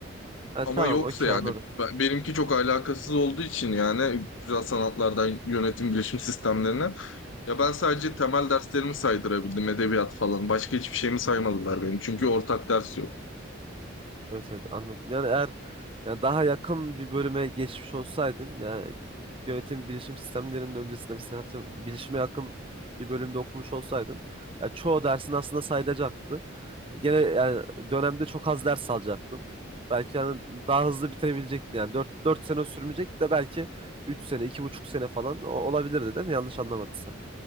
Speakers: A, on the right; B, on the left.
A: E,
B: Ama
A: tamam
B: yoksa
A: okey
B: yani
A: anladım.
B: be- benimki çok alakasız olduğu için yani güzel sanatlardan yönetim bilişim sistemlerine ya ben sadece temel derslerimi saydırabildim edebiyat falan başka hiçbir şeyimi saymadılar benim çünkü ortak ders yok.
A: Evet evet anladım. Yani eğer yani daha yakın bir bölüme geçmiş olsaydın yani yönetim bilişim sistemlerinin öncesinde mesela atıyorum bilişime yakın bir bölümde okumuş olsaydın ya çoğu dersin aslında sayılacaktı. Gene yani dönemde çok az ders alacaktın. Belki yani daha hızlı bitirebilecektin. Yani dört dört sene sürmeyecek de belki 3 sene, iki buçuk sene falan o- olabilirdi değil mi? Yanlış anlamadıysam.